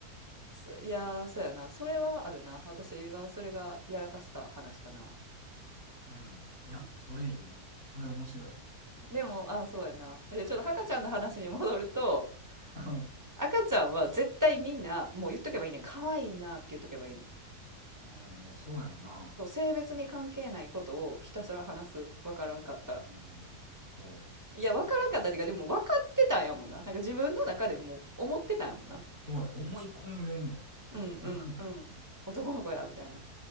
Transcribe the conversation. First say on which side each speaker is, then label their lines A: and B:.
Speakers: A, on the right; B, on the right.
A: そいやー、そうやな。それはあるな。私はそれがやらかした話かな。
B: うん。いや、
A: うん。
B: それいい。それ面白い。
A: でも、あ、そうやな。で、ちょっと赤ちゃんの話に戻ると、
B: うん
A: 赤ちゃんは絶対みんな、もう言っとけばいいねん。可愛いなって言っとけばいいねん。
B: うん、いや、そうやんな。
A: そう、性別に関係ないことをひたすら話す。わからんかったら。
B: うん、そう。
A: いや、わからんかったっていうか、でも分かってたんやもんな。なんか自分の中でも思ってたんやもんな。
B: そうや、思い込んでんねん。もう、
A: うんうんうん。
B: だからね。
A: 男の子や、みたいな。